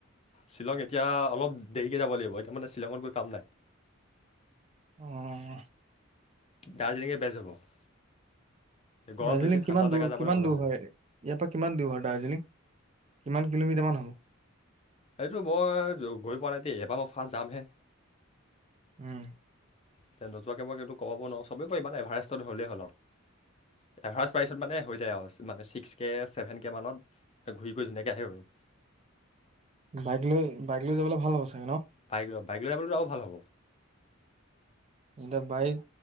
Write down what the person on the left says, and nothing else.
শ্বিলং এতিয়া অলপ দেৰিকৈ যাব লাগিব এতিয়া মানে শ্বিলঙত গৈ কাম নাই
দাৰ্জিলিঙে বেষ্ট হ'ব। গৰম
বেছি ঠাণ্ডা
জেগা
যাবলৈ
মজা
হ'ব
এইটো মই গৈ পোৱা নাই দেই এইবাৰ মই ফাৰ্ষ্ট যামহে।
এতিয়া নোযোৱাকে মই এইটো ক'ব নোৱাৰোঁ চবে কয় মানে এভাৰেষ্টত হলেই হ'ল আৰু এভাৰেজ প্ৰাইচত মানে হৈ যায় আৰু মানে ছিক্স কে ছেভেন কে মানত ঘূৰি গৈ ধুনীয়াকৈ আহিব পাৰিম
বাইক লৈ বাইক লৈ যাবলৈটো আৰু ভাল হ'ব।